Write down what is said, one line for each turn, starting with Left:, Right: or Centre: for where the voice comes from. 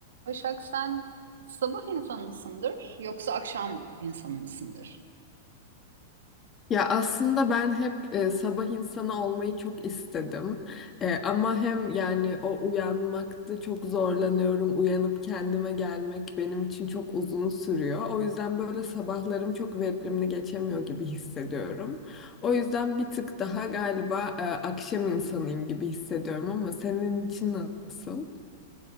Right: Başak sen sabah insanı mısındır yoksa akşam insanı mısındır?
Left: Ya aslında ben hep e, sabah insanı olmayı çok istedim. E, ama hem yani o uyanmakta çok zorlanıyorum. Uyanıp kendime gelmek benim için çok uzun sürüyor. O yüzden böyle sabahlarım çok verimli geçemiyor gibi hissediyorum. O yüzden bir tık daha galiba e, akşam insanıyım gibi hissediyorum ama senin için nasıl?